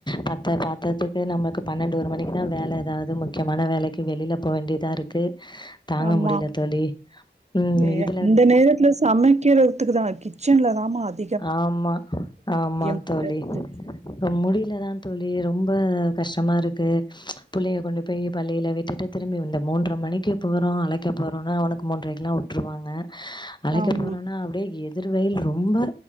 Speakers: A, on the left; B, on the right.
A: பத்த பாத்ததுக்கு நம்மளுக்கு பன்னெண்டு ஒரு மணிக்கு தா வேலை ஏதாவது முக்கியமான வேலைக்கு வெளியிலப் போ வேண்டியதா இருக்கு தாங்க
B: ஆமா
A: முடியல தோழி ம்
B: ஏ
A: இத்
B: அந்த நேரத்துல சமைக்கிறதுக்கு தா கிச்சன்ல தாம்மா அத்
A: ஆமா ஆமா
B: மாட்டேன்து
A: தோழி ரொம் முடியலதா தோழி ரொம்ப கஷ்டமாருக்கு புள்ளயை கொண்டு போய் பள்ளியில விட்டுட்டு திரும்பி வந்த மூன்ற மணிக்கு போறோ அழைக்க போறோம்னா அவனுக்கு மூன்றைக்குல்லா வுட் ட்ருவாங்க அழைக்க
B: ஆமா
A: போறோன்னா அப்படியே எதிர் வெயில் ரொம்ப